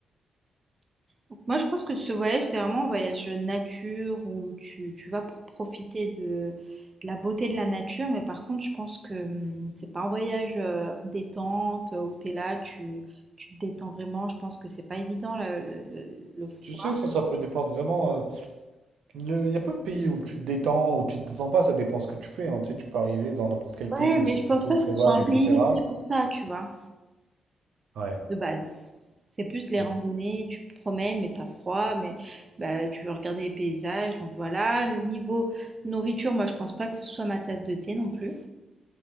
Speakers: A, on the right; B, on the right.
A: Donc, Moi, je pense que ce voyage, c'est vraiment un voyage nature où tu, tu vas pour profiter de, de la beauté de la nature. Mais par contre, je pense que hum, c'est pas un voyage euh, détente euh, où tu es là, tu, tu te détends vraiment. Je pense que c'est pas évident le, le- le
B: Tu
A: froid.
B: sais, ça, ça peut dépendre vraiment. euh, Il n'y a pas de pays où tu te détends, où tu te détends pas, ça dépend ce que tu fais. hein. Tu sais, tu peux arriver dans n'importe quel
A: Ouais,
B: pays où
A: mais
B: c'est
A: je
B: plutôt
A: pense pas
B: sauvage,
A: que ce soit un
B: etc.
A: pays fait pour ça, tu vois,
B: Ouais.
A: de base. C'est plus les
B: Mm.
A: randonnées, tu te promènes, mais t'as froid, mais bah, tu veux regarder les paysages. Donc voilà, Le niveau nourriture, moi, je pense pas que ce soit ma tasse de thé non plus.